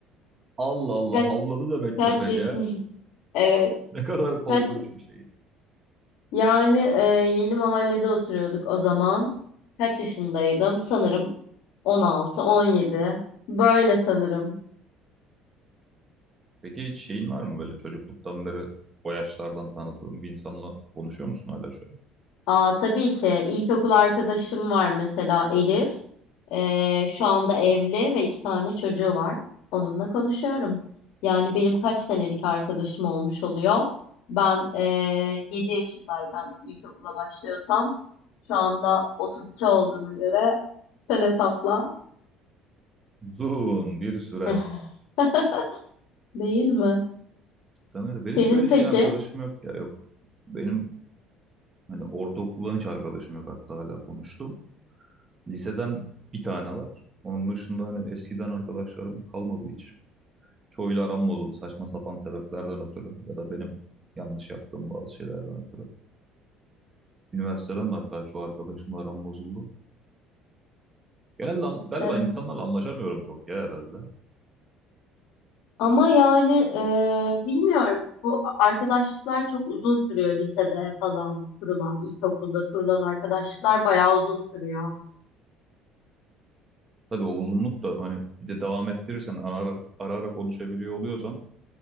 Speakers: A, on the right; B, on the left.
A: Allah Allah
B: Kaç
A: havladı demek
B: kaç
A: köpek
B: yaşın?
A: ya.
B: <laughs> Evet.
A: Ne kadar korkunç
B: Kaç
A: bir şey.
B: yani e, yeni mahallede oturuyorduk o zaman. Kaç yaşındaydım? Sanırım 16, 17. Böyle sanırım.
A: Peki hiç şeyin var mı böyle çocukluktan beri o yaşlardan tanıdığın bir insanla konuşuyor musun hala şu an?
B: Aa, tabii ki ilkokul arkadaşım var mesela Elif. Ee, şu anda evli ve iki tane çocuğu var. Onunla konuşuyorum. Yani benim kaç senelik arkadaşım olmuş oluyor. Ben ee, 7 yaşındayken ilkokula başlıyorsam şu anda 32 olduğuna göre sen hesapla.
A: Uzun bir süre.
B: <laughs> Değil mi?
A: Tanıyla. Benim
B: Senin
A: hiç öyle
B: peki?
A: şey arkadaşım yok ya yok. Benim hani ortaokuldan hiç arkadaşım yok hatta hala konuştum. Liseden bir tane var. Onun dışında hani eskiden arkadaşlarım kalmadı hiç. Çoğuyla aram bozuldu saçma sapan sebeplerden ötürü ya da benim yanlış yaptığım bazı şeylerden ötürü. Üniversiteden de hatta çoğu arkadaşımla aram bozuldu. Genelde an- galiba
B: Evet.
A: insanlarla anlaşamıyorum çok ya herhalde.
B: Ama yani e, bilmiyorum bu arkadaşlıklar çok uzun sürüyor lisede falan kurulan, ilkokulda kurulan arkadaşlıklar bayağı uzun sürüyor.
A: Tabii o uzunluk da hani bir de devam ettirirsen ara ara, ara ara konuşabiliyor oluyorsan